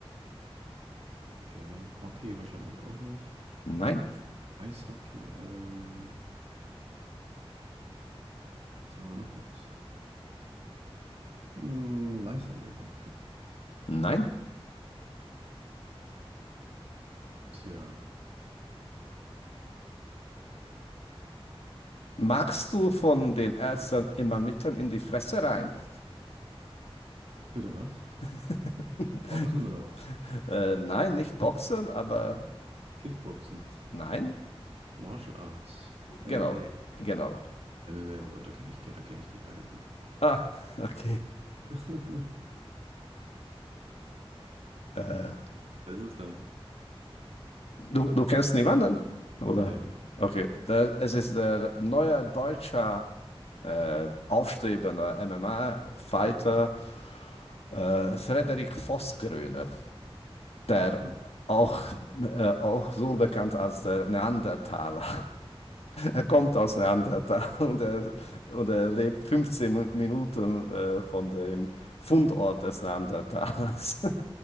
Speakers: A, on the right (about 75°); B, on the left (about 80°).
A: Okay. Hockey wahrscheinlich auch nicht.
B: Nein.
A: Eishockey, ähm, Was haben wir noch alles? Hm, Leichtathletik.
B: Nein.
A: Tja,
B: Magst du von den Ärzten immer mitten in die Fresse rein?
A: bitte was?
B: <laughs>
A: Boxen
B: Ich-
A: oder was?
B: Äh, nein, nicht Boxen, aber
A: Kickboxen,
B: nein,
A: Martial Arts, MMA.
B: genau, genau.
A: MMA, oh Gott, da kann ich, da kenne ich die leider. von.
B: Ah, okay.
A: <laughs>
B: Äh,
A: Was ist es dann?
B: du, du kennst niemanden, oder?
A: Nee.
B: Okay, da, es ist der neue deutsche äh, aufstrebende MMA-Fighter äh, Frederik Vossgröne, der
A: Hm.
B: auch, äh, auch so bekannt als der Neandertaler Er kommt aus Neandertal <laughs> und er, und er lebt 15 Mi- Minuten äh, von dem Fundort des Neandertalers. <laughs>